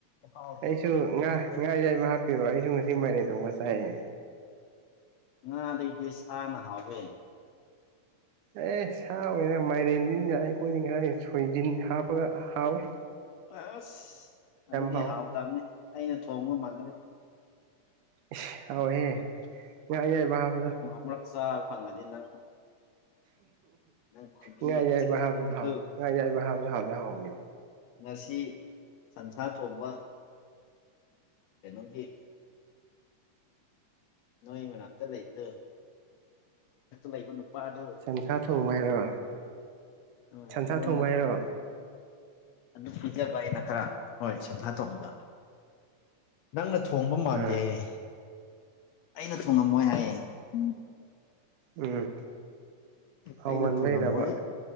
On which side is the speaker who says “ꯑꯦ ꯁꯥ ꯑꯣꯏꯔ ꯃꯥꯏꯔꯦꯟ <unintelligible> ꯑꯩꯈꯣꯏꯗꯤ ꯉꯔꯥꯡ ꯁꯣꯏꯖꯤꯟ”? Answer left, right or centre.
Right